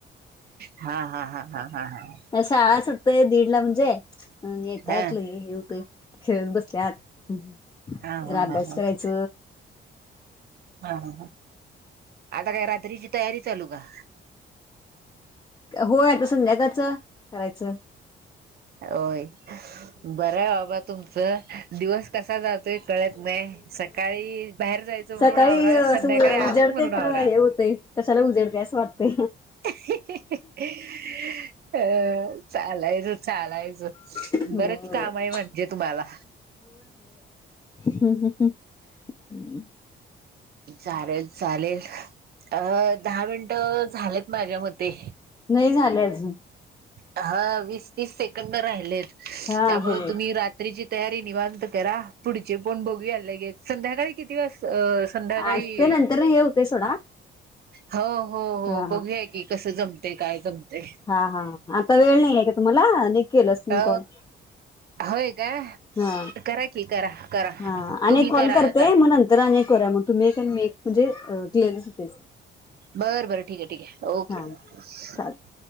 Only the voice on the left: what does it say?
शाळा सुटताय दीड ला म्हणजे येतात
लगे खेळत बसल्यात जरा
अभ्यास
करायच
होय आता संध्याकाळच करायचं
सकाळी
असं
उजडते
खरं
हे होते कशाला उजडते असं वाटते
होय
हम्म हम् हम्
नाही झाले अजून
हा
होय
आज ते नंतर हे होते सोडा
हा
हा हा आता वेळ नाही आहे का तुम्हाला केलंच तुम्ही
कॉल
हा
हा अनेक
कॉल
करते
मग नंतर अनेक करूया मग तुम्ही एक मी एक म्हे्िअरन होते
हा चालेल